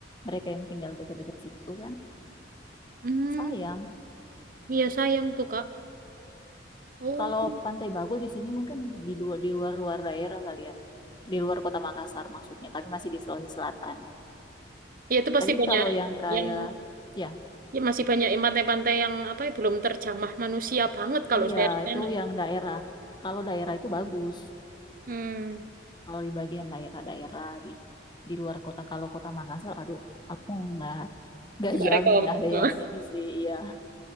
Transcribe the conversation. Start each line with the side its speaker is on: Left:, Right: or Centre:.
Left: mereka yang tinggal dekat-dekat situ kan.
Right: Hmm.
Left: Sayang.
Right: Iya sayang tuh, Kak. Oh.
Left: Kalau pantai bagus di sini mungkin di du- di luar-luar daerah kali ya. Di luar kota Makassar maksudnya, tapi masih di Sulawesi Selatan.
Right: Ya itu pasti
Left: Tapi
Right: banyak
Left: kalau yang kayak
Right: yang
Left: ya
Right: ya masih banyak yang pantai-pantai yang apa ya belum terjamah manusia banget kalau
Left: Iya,
Right: daerah
Left: itu
Right: sana ya.
Left: yang daerah. Kalau daerah itu bagus.
Right: Hmm.
Left: Kalau di bagian daerah-daerah di di luar kota, kalau kota Makassar, aduh, aku nggak <laughs> nggak
Right: Nggak
Left: jamin
Right: rekom.
Left: ada
Right: <laughs>
Left: yang ini sih. Iya,